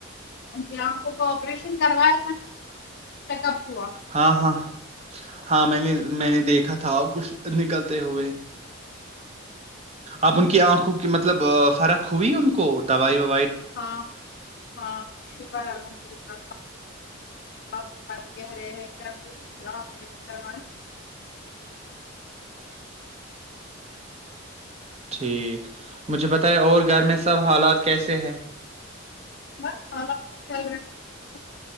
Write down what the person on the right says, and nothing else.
ہاں ہاں ہاں میں نے میں نے دیکھا تھا اب کچھ نکلتے ہوئے اب ان کی آنکھوں کی مطلب فرق ہووئی ان کو دوائی و
ٹھیک مجھے بتائے اور گھر میں سب حالات کیسے سے ہ